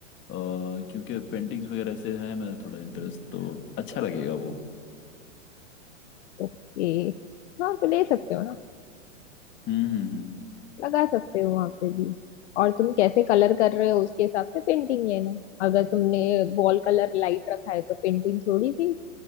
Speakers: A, on the left; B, on the left.
A: और क्योंकि पेंटिंग्स वगैरह से है मेरा थोड़ा इंटरेस्ट तो अच्छा लगेगा वो
B: ओके हाँ तो ले सकते हो ना
A: हम्म हम्म, हम्म।
B: लगा सकते हो वहां पे भी और तुम कैसे कलर कर रहे हो उसके हिसाब से पेंटिंग लेना अगर तुमने वॉल कलर लाइट रखा है तो पेंटिंग थोड़ी सी